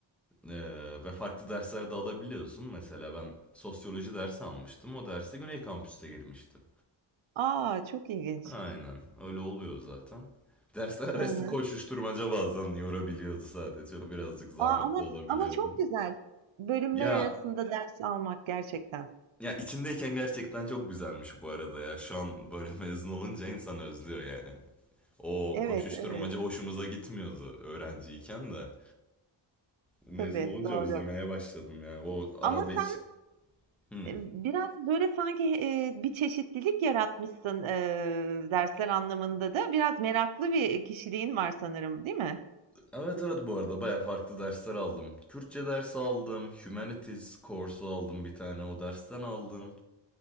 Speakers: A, in the centre; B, on the right (about 75°).
A: e, ve farklı dersler de alabiliyorsun. Mesela ben sosyoloji dersi almıştım, o derse Güney Kampüs'te girmiştim.
B: A! Çok ilginç.
A: Aynen, öyle oluyor zaten. Dersler arası
B: Hı hı.
A: koşuşturmaca bazen yorabiliyordu sadece, o birazcık zahmetli
B: Aa, ama
A: olabiliyordu.
B: ama çok güzel. Bölümler
A: Ya
B: arasında Evet. ders almak gerçekten.
A: Ya içindeyken gerçekten çok güzelmiş bu arada ya. Şu an böyle <laughs> mezun olunca insan özlüyor yani. O
B: Evet,
A: koşuşturmaca
B: evet.
A: hoşumuza gitmiyordu öğrenciyken de. Mezun
B: Tabii,
A: olunca
B: doğru.
A: özlemeye başladım ya. O arada
B: Ama sen
A: hiç... Hmm.
B: e, biraz böyle sanki e, bir çeşitlilik yaratmışsın e, dersler anlamında da. Biraz meraklı bir kişiliğin var sanırım, değil mi?
A: Evet evet bu arada baya farklı dersler aldım. Kürtçe dersi aldım, Humanities kursu aldım bir tane o dersten aldım.